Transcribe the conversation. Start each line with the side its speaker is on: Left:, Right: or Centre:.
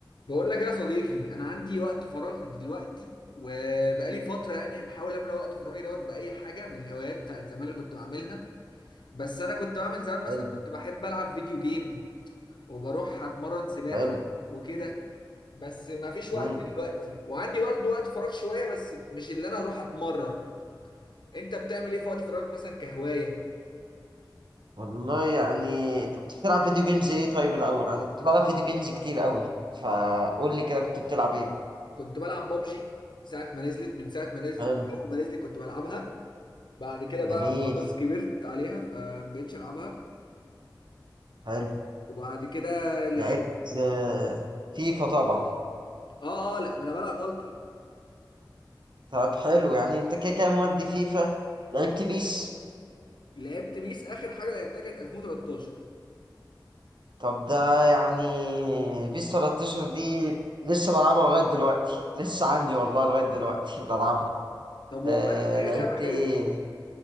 Left: بقول لك يا صديقي انا عندي وقت فراغ دلوقتي وبقالي فتره يعني بحاول املى وقت فراغي دوت باي حاجه من الهوايات بتاعت زمان اللي كنت بعملها بس انا كنت بعمل زمان مثلا
Right: حلو
Left: كنت بحب العب فيديو جيم وبروح اتمرن سباحه
Right: حلو
Left: وكده بس ما فيش وقت
Right: امم
Left: دلوقتي وعندي برضه وقت فراغ شويه بس مش اللي انا اروح اتمرن انت بتعمل ايه في وقت فراغك مثلا كهوايه
Right: والله يعني انت كنت بتلعب فيديو جيمز ايه طيب الاول انا كنت بلعب فيديو جيمز كتير قوي فقول لي كده كنت بتلعب ايه
Left: كنت بلعب بابجي ساعه ما نزلت من ساعه ما نزلت
Right: حلو
Left: من اول ما نزلت كنت بلعبها بعد كده
Right: جميل
Left: بقى خلاص كبرت عليها فمبقتش العبها
Right: حلو
Left: وبعد كده لعبت
Right: لعبت آه، فيفا طبعا
Left: اه اه لا ده انا بلعب التيمت
Right: طب حلو يعني انت كده كده مودي فيفا لعبت بيس
Left: لعبت بيس اخر حاجه لعبتها كانت 2013
Right: طب ده يعني بيس 13 دي لسه بلعبها لغاية دلوقتي لسه عندي والله لغاية دلوقتي بلعبها
Left: طب والله
Right: آه
Left: هي
Right: لعبت
Left: لعبه حلوه
Right: ايه